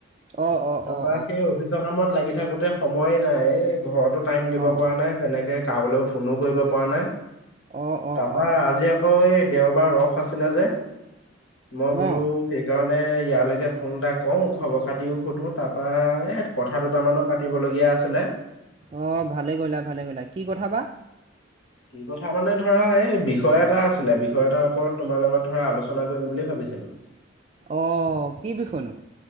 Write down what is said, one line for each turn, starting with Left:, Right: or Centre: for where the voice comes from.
Right: অঁ অঁ
Left: তাৰ
Right: অঁ
Left: পৰা সেই অফিচৰ কামত লাগি- থাকোতে সময়ে নাই, এই ঘৰতো টাইম দিব
Right: অঁ অঁ
Left: পৰা নাই, তেনেকে কাৰোবলৈও ফোনো কৰিব পৰা নাই।
Right: অ অ
Left: অ
Right: অ।
Left: আজি আকৌ এই দেওবাৰ ৰস আছিলে যে, মই বোলো
Right: অঁ
Left: সেইকাৰণে মানে ইয়ালৈকে ফোন এটা কৰো, খবৰ খাতিও সোধোঁ, তাৰপৰা কথা দুটামানো পাতিবলগীয়া আছিলে‌।
Right: আহ ভালে কৰিলা ভালে কৰিলা। কি কথা বা?
Left: কি কথা মানে ধৰা এই, বিষয় এটা আছিলে, বিষয় এটাৰ ওপৰত তোমাৰ লগত ধৰা আলোচনা কৰিম বুলি ভাবিছিলো।
Right: অঁ কি বিষয়নো?